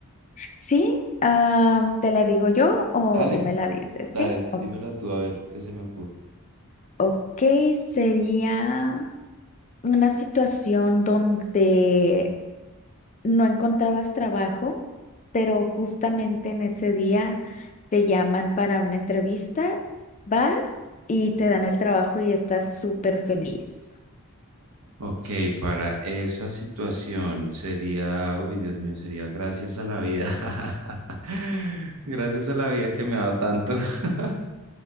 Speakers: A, on the left; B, on the right.
A: Sí, ah, ¿te la digo yo o
B: Dale,
A: tú me la dices?
B: dale,
A: Sí, ok.
B: dímela tú a ver qué se me ocurre.
A: Ok, sería... una situación donde no encontrabas trabajo, pero justamente en ese día te llaman para una entrevista, vas y te dan el trabajo y estás súper feliz.
B: Ok, para esa situación sería, uy, Dios mío, sería gracias a la vida. <laughs> Gracias a la vida que me ha dado tanto. <laughs>